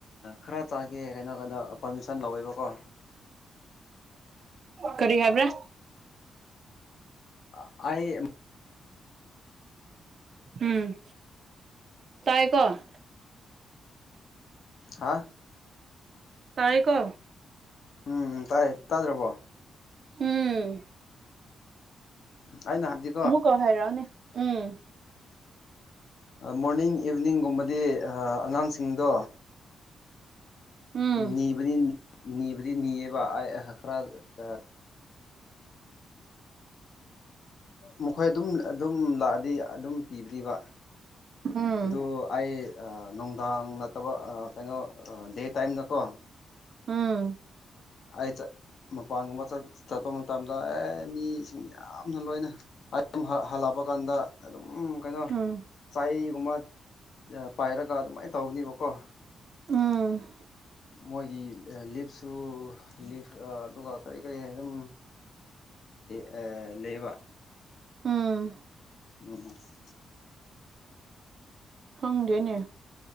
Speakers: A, on the left; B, on the right.
A: ꯈꯔ ꯆꯥꯒꯦ ꯍꯥꯏꯅ ꯀꯥꯟꯗ ꯄꯔꯃꯤꯁꯟ ꯂꯧꯋꯦꯕꯀꯣ
B: ꯀꯔꯤ ꯍꯥꯏꯕ꯭ꯔꯥ
A: <unintelligible>
B: ꯎꯝ ꯇꯥꯏꯀꯣ
A: ꯍꯥ
B: ꯇꯥꯏ ꯀꯣ
A: ꯎꯝ ꯎꯝ ꯇꯥꯏꯌꯦ ꯇꯥꯗ꯭ꯔꯕꯣ
B: ꯎꯝ
A: ꯑꯩꯅ ꯍꯥꯏꯕꯗꯤ
B: ꯑꯥꯥꯃꯨꯀ ꯍꯥꯏꯔꯥꯎꯅꯦ ꯎꯝ
A: ꯃꯣꯔꯅꯤꯡ ꯏꯚꯤꯅꯤꯡꯒꯨꯝꯕꯗꯤ ꯑꯉꯥꯡꯁꯤꯡꯗꯣ
B: ꯎꯝ
A: ꯅꯤꯕꯗꯤ ꯅꯤꯕꯗꯤ ꯅꯤꯌꯦꯕ <unintelligible> ꯃꯈꯣꯏ ꯑꯗꯨꯝ ꯑꯗꯨꯝ ꯂꯥꯛꯑꯗꯤ ꯑꯗꯨꯝ ꯄꯤꯕꯤ꯭ꯔꯤꯕ
B: ꯎꯝ
A: ꯑꯗꯨ ꯑꯩ ꯅꯨꯡꯗꯥꯡ ꯅꯠꯇꯕ ꯀꯩꯅꯣ ꯗꯦ ꯇꯥꯏꯝꯗꯀꯣ
B: ꯎꯝ
A: <unintelligible> ꯃꯄꯥꯟꯒꯨꯝꯕ ꯆꯠꯄ ꯃꯇꯝꯗ ꯑꯦ ꯃꯤꯁꯤꯡ ꯌꯥꯝꯅ ꯂꯣꯏꯅ <unintelligible> ꯍꯜꯂꯛꯄ ꯀꯥꯟꯗ ꯑꯗꯨꯝ ꯀꯩꯅꯣ
B: ꯎꯝ
A: ꯆꯥꯏꯒꯨꯝꯕ ꯄꯥꯏꯔꯒ ꯑꯗꯨꯃꯥꯏꯅ ꯇꯧꯕꯅꯦꯕꯀꯣ
B: ꯎꯝ
A: ꯃꯣꯏꯒꯤ ꯂꯤꯞꯁꯨ ꯂꯤꯞ ꯑꯗꯨꯒ ꯀꯔꯤ ꯀꯔꯤ ꯑꯗꯨꯝ <unintelligible>
B: ꯎꯝ
A: <unintelligible>
B: ꯈꯪꯗꯦꯅꯦ